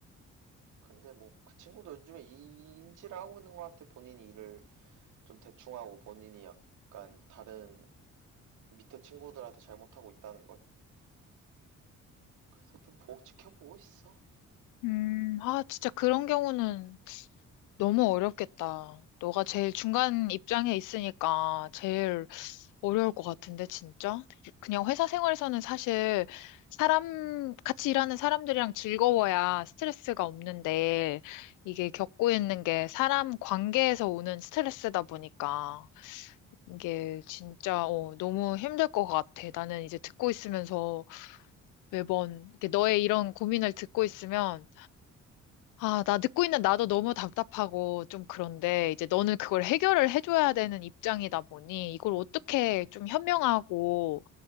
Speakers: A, on the right (about 80°); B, on the left (about 90°).
A: 근데 뭐 그 친구도 요즘에 이 인지를 하고 있는 것 같아. 본인이 일을 좀 대충 하고 본인이 약간 다른 밑에 친구들한테 잘못하고 있다는 걸. 그래서 좀 보고 지켜보고 있어.
B: 음, 아, 진짜 그런 경우는 너무 어렵겠다. 너가 제일 중간 입장에 있으니까 제일 어려울 것 같은데, 진짜? 그냥 회사 생활에서는 사실 사람, 같이 일하는 사람들이랑 즐거워야 스트레스가 없는데, 이게 겪고 있는 게 사람 관계에서 오는 스트레스다 보니까, 이게
A: 그치.
B: 진짜, 어, 너무 힘들 것 같아. 나는 이제 듣고 있으면서 매번, 이렇게 너의 이런 고민을 듣고 있으면, 아, 나 듣고 있는 나도 너무 답답하고 좀 그런데 이제 너는 그걸 해결을 해줘야 되는 입장이다 보니 이걸 어떻게 좀 현명하고